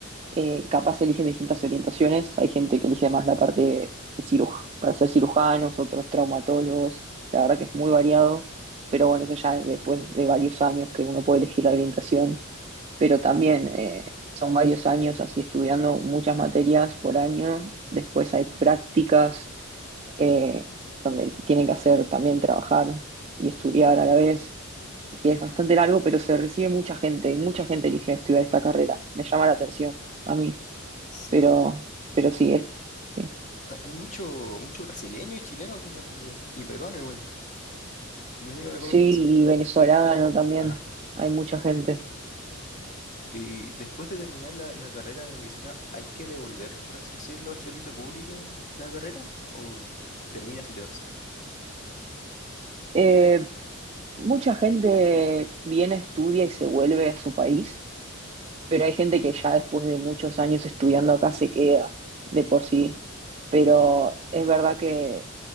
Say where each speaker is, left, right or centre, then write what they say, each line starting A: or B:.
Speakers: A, on the right (about 30°); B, on the left (about 35°).
A: eh, capaz eligen distintas orientaciones. Hay gente que elige más la parte de ciruj- para ser cirujanos, otros traumatólogos. La verdad que es muy variado, pero bueno, eso ya es después de varios años que uno puede elegir la orientación. Pero también eh, son varios años así estudiando muchas materias por año. Después hay prácticas eh, donde tienen que hacer también trabajar y estudiar a la vez y es bastante largo, pero se recibe mucha gente, y mucha gente elige estudiar esta carrera. Me llama la atención a mí,
B: Sí,
A: pero, pero sí, es, sí.
B: Hay hay mucho, mucho brasileño y chileno, tengo entendido, y peruano igual. Mi amigo me
A: Sí,
B: comenta eso.
A: y venezolano también,
B: Ajá.
A: hay mucha gente.
B: Y después de terminar la, la carrera de medicina, ¿hay que devolver, por así decirlo, al servicio público la carrera? ¿O terminas y te vas?
A: Eh, mucha gente viene, estudia y se vuelve a su país pero hay gente que ya después de muchos años estudiando acá se queda de por sí. Pero es verdad que